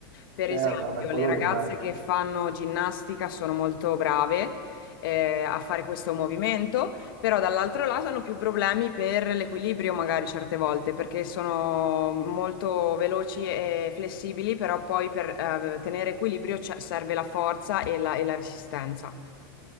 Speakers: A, on the left (about 70°); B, on the right (about 65°).
A: per
B: certo,
A: esempio,
B: vabbè quello
A: le ragazze
B: lo immagino.
A: che fanno ginnastica sono molto brave eh, a fare questo movimento, però dall'altro lato hanno più problemi per l'equilibrio magari certe volte, perché sono molto veloci e flessibili, però poi per eh, tenere equilibrio c'è- serve la forza e la, e la resistenza.